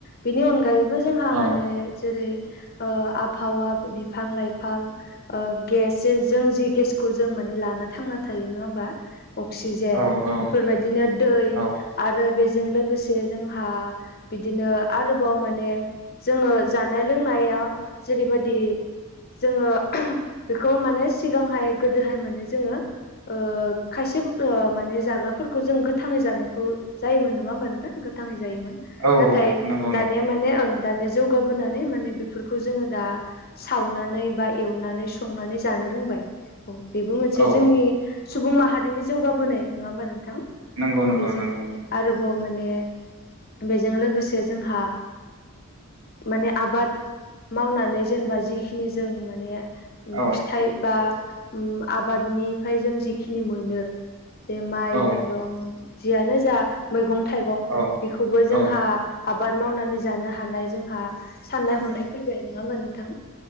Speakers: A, on the left (about 45°); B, on the right (about 70°).
A: बेनि अनगायै बो जोंहा
B: औ
A: माने जेरै आबहावा बिफां लाइफां गेसजों जों जि गेसखौ जों माने लाना थांना थायो नङा होमबा? अक्सिजेन
B: औ औ
A: बेफोरबायदिनो दै
B: औ
A: आरो। बेजों लोगोसे जोंहा बिदिनो आरोबाव माने जोङो जानाय लोंनायाव जेरैबायदि जोङो बेखौ माने सिगांहाय गोदोहाय माने जोङो। ओ खायसे ओ माने जाग्राफोरखौ जों गोथाङै जानायखौ। जायोमोन नङा होमबा नोंथां गोथाङै जायोमोन
B: औ
A: नाथाय
B: नंगौ नंगौ
A: दानिया माने ओं। दानिया जौगाबोनानै माने बेफोरखौ जोङो दा सावनानै बा एवनानै संनानै जानो रोंबाय औ बेबो मोनसे
B: औ
A: जोंनि सुबुं माहारिनि जौगाबोनाय नङा होमबा नोंथां
B: नंगौ नंगौ
A: बेजों
B: नंगौ
A: आरोबाव माने बेजों लोगोसे जोंहा माने आबाद मावनानै जेनेबा जिखिनि जों माने
B: औ
A: फिथाइ बा आबादनिफ्राय जों जिखिनि मोनो जे माइ
B: औ
A: माइरं जियानो जा मैगं-थाइगं
B: औ
A: बेखौबो जोंहा
B: औ
A: आबाद मावनानै जानो हानाय जोंहा साननाय हनाय फैबाय नङा होमबा नोंथां